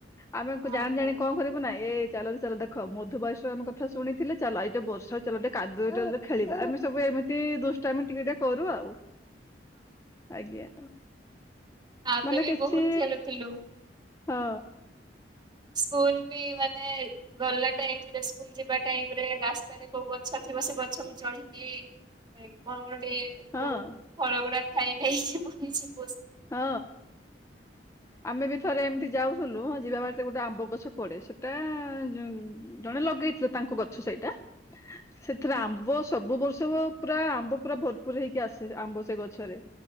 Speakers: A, on the left (about 15°); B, on the right (about 25°).
A: ଆମେ
B: ହଁ
A: ଜାଣିଜାଣି
B: ହଁ ହଁ।
A: କଁ କରିବୁ ନାଁ ଏ ଚାଲରେ ଚାଲ ଦେଖ ମଧୁବାଲିଷ୍ଟରଙ୍କ କଥା ଶୁଣିଥିଲେ ଚାଲ ଏଇ ଯୋଉ ବର୍ଷା ହେଉଚି ଚାଲ ଟିକେ କାଦୁଅଟାରେ ଖେଳିବା ଆମେ ସବୁ ଏମିତି ଦୁଷ୍ଟାମି ଟିକେ-ଟିକେ କରୁ ଆଉ ଆଜ୍ଞା।
B: ଆମେ
A: ମାନେ
B: ବି
A: କିଛି
B: ବହୁତ ଖେଳୁଥିଲୁ।
A: ହଁ,
B: ସ୍କୁଲ ବି ମାନେ ଗଲା ଟାଇମ୍ ରେ ସ ସ୍କୁଲ ଯିବା ଟାଇମ ରେ ରାସ୍ତାରେ କୋଉ ଗଛ ଥିବ ସେ ଗଛକୁ ଚଢ଼ିକି, ଏଇ ଫଳ ଗୋଟିଏ
A: ହଁ।
B: ଯୋଉ ଫଳ ଗୁଡ଼ା ଖାଇଖାଇ <unintelligible>
A: ହଁ ଆମେ ବି ଥରେ ଏମିତି ଯାଉଥୁଲୁ ଯିବା ବାଟେ ଗୋଟେ ଆମ୍ବ ଗଛ ପଡ଼େ ସେଟା ଯ ଉଁ ଜଣେ ଲଗେଇଥିଲେ ତାଙ୍କୁ ଗଛ ସେଇଟା। ସେଥିରେ ଆମ୍ବ ସବୁ ବର୍ଷ ପ ପୁରା ଆମ୍ବ ପୁରା ଭର୍ ପୁର୍ ହେଇକି ଆସେ ଆମ୍ବ ସେ ଗଛରେ।